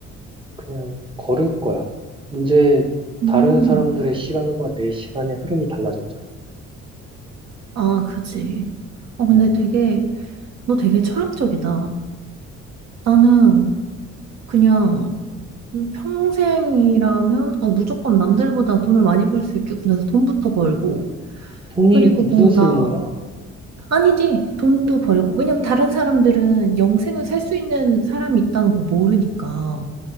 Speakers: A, on the right (about 15°); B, on the right (about 60°).
A: 그냥 걸을 거야. 이제
B: 음,
A: 다른 사람들의 시간과 내 시간의 흐름이 달라졌잖아.
B: 아, 그지. 어,
A: 어,
B: 근데 되게, 너 되게 철학적이다. 나는 그냥 음, 평생이라면, 어, 무조건 남들보다 돈을 많이 벌 수 있겠구나 해서 돈부터 벌고,
A: 돈이
B: 그리고
A: 무슨
B: 뭔가
A: 쓸모야?
B: 아니지. 돈도 벌고. 왜냐면 다른 사람들은 영생을 살 수 있는 사람이 있다는 걸 모르니까